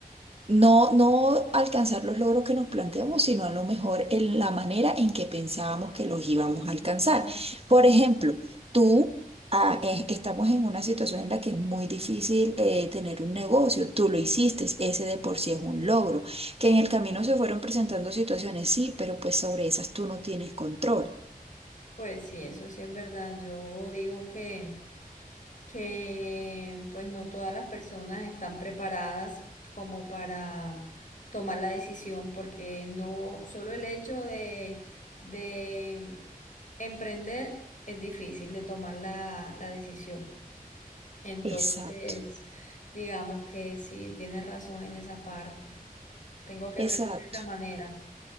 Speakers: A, on the right; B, on the left.
A: no, no alcanzar los logros que nos planteamos, sino a lo mejor en la manera en que pensábamos que los íbamos a alcanzar. Por ejemplo, tú ah, eh, estamos en una situación en la que es muy difícil eh, tener un negocio. Tú lo hiciste, ese de por sí es un logro. Que en el camino se fueron presentando situaciones, sí, pero pues sobre esas tú no tienes control.
B: Pues sí, eso sí es verdad. Yo digo que que pues no todas las personas están preparadas como para tomar la decisión, porque no solo el hecho de, de emprender es difícil de tomar la, la decisión. Entonces,
A: Exacto,
B: digamos que sí, tienes razón en esa parte. Tengo que
A: exacto.
B: verlo de esa manera.